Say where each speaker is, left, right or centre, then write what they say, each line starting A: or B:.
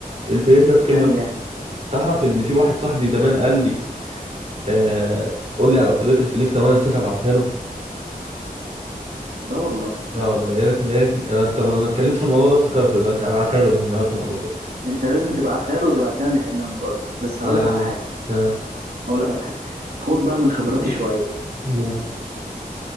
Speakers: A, on the right (about 50°); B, on the right (about 85°).
A: الفليفله بكلمه
B: في ثانية
A: تعرف ان في واحد صاحبي زمان قال لي آه قول لي على طريقه الفليفله وانا نسيت ابعتها له
B: لا والله
A: لا والله يا ريت يا ريت انا طب انا اتكلمت في الموضوع ده افتكرت دلوقتي هبعتها له لما اقفل على طول
B: انت لازم تبعتها له وتبعتها لنا كمان برضه بس هقول
A: انا
B: لك على حاجة
A: آه.
B: هقول لك على حاجه خد بقى من خبراتي شويه
A: مو.